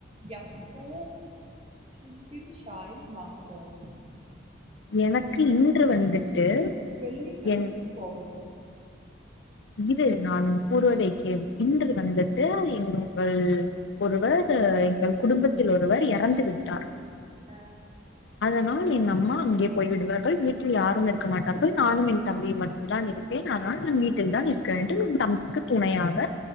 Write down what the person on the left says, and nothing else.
எனக்கு இன்று வந்துட்டு
என்
இரு நான் கூறுவதைக்கேள் இன்று வந்துட்டு எங்கள் ஒருவர் எங்கள் குடும்பத்தில் ஒருவர் இறந்து விட்டார்
அதனால் என் அம்மா அங்கே போய் விடுவார்கள் வீட்டில் யாரும் இருக்க மாட்டார்கள் நானும் என் தம்பியும் மட்டும்தான் இருப்பேன் ஆனால் நான் வீட் தில்தான் இருக்க வேண்டும் என் தம்பிக்கு துணையாக